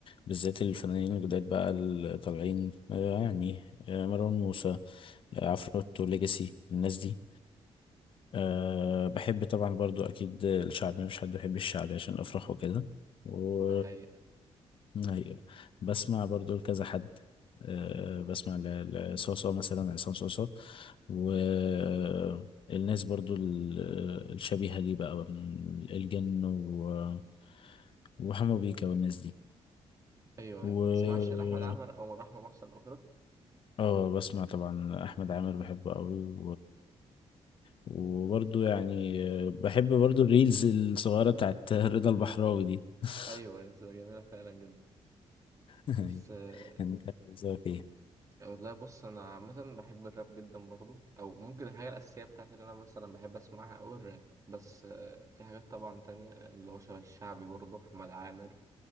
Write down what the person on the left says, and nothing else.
بالذات الفنانين الجداد بقى اللي طالعين آه، يعني آه، مروان موسى آه، عفروتو ليجاسي الناس دي أه بحب طبعا برضو أكيد الشعبي مش حد بيحب الشعبي عشان أفرح وكده و
أيوة. بسمع برضو لكذا حد أه بسمع ل- لصوصو مثلا عصام صوصو والناس برضو ال- الشبيهة ليه بقى من الجن و... وحمو بيكا والناس دي
و
ايوه
اه بسمع طبعا أحمد عامر بحبه قوي وبرضو يعني آه، بحب برضو الريلز الصغيرة بتاعت <laughs> رضا البحراوي دي <laughs>
أيوة.
يعني كانت بتظهر فيها.